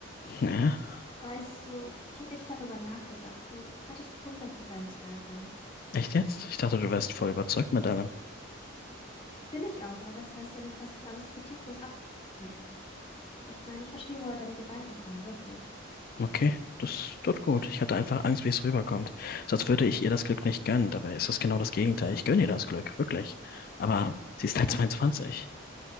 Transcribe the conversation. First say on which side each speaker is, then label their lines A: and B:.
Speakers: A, on the left; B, on the left.
A: Ja,
B: Weißt du, ich habe echt darüber nachgedacht. Du hattest nicht Unrecht mit deinen Zweifeln.
A: echt jetzt? Ich dachte, du wärst voll überzeugt mit allem.
B: Bin ich auch, aber das heißt ja nicht, dass ich alles kritiklos abnicke. Ich meine, ich verstehe, woher deine Gedanken kommen, wirklich.
A: Okay, das tut gut. Ich hatte einfach Angst, wie es rüberkommt. Sonst würde ich ihr das Glück nicht gönnen. Dabei ist das genau das Gegenteil. Ich gönne ihr das Glück, wirklich. Aber sie ist
B: Ich,
A: halt
B: ver-
A: 22.